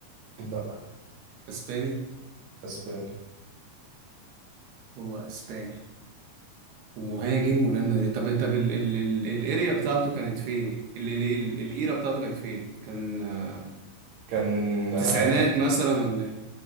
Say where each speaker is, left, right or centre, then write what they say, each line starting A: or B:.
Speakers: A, on the right; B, on the right.
A: لا
B: أسباني
A: اسباني
B: هو أسباني ومهاجم وريال مدريد طب طب ال- ال- ال- الاريا بتاعته كانت فين يعني ال- ال- ال- الإيرا بتاعته كانت فين كان آه،
A: كان
B: التسعينات
A: آه،
B: مثلا ولا إيه